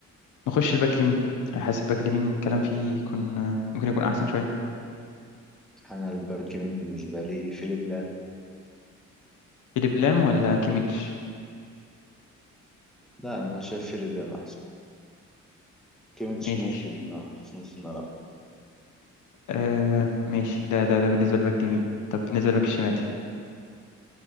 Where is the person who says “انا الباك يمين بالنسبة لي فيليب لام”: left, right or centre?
Centre